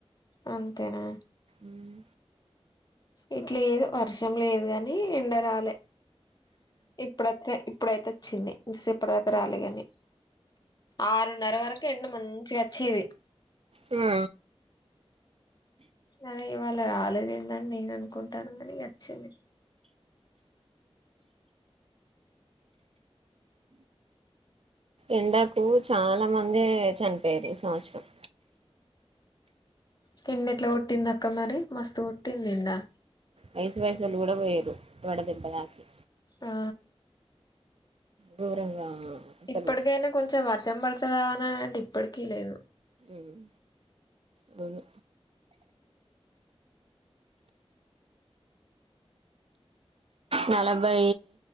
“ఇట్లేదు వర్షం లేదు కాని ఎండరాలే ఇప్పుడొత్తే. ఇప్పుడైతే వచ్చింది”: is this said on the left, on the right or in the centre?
Left